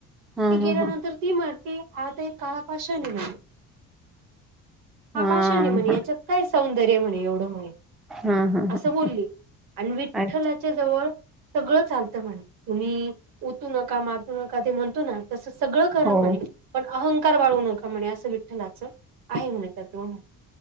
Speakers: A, in the centre; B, on the right.
A: हां,
B: ती गेल्यानंतर
A: हां, हां.
B: ती म्हणती... हा तर एक काळा पाषाण ए म्हणे. हा
A: हां,
B: पाषाण ए म्हणे...
A: हां.
B: याच्यात काय सौंदर्य ए म्हणे... एवढं म्हणे.
A: हां, हां,
B: असं
A: हां.
B: बोलली... आणि विठ्ठलाच्या
A: अ
B: जवळ, सगळं चालतं म्हणे तुम्ही... उतू नका, मातू नका, ते म्हणतो ना... तसं सगळं करा
A: हो.
B: म्हणे पण अहंकार बाळगु नका म्हणे... असं विठ्ठलाचं आहे म्हणे, तत्व म्हणे.